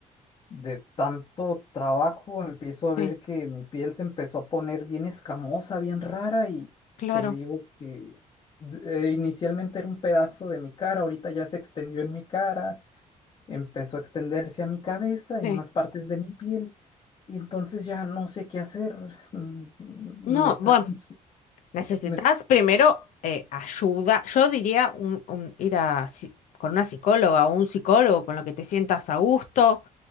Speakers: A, on the left; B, on the left.
A: De tanto trabajo empiezo a ver
B: Sí,
A: que mi piel se empezó a poner bien escamosa, bien rara y
B: claro.
A: te digo que d- eh, inicialmente era un pedazo de mi cara, ahorita ya se extendió en mi cara, empezó a extenderse a mi cabeza y
B: Sí.
A: a más partes de mi piel y entonces ya no sé qué hacer. mm, mm,
B: No,
A: Me está
B: bueno.
A: consu-
B: Necesitas
A: me es-
B: primero eh, ayuda. Yo diría un, un- ir a, si- con una psicóloga o un psicólogo con lo que te sientas a gusto.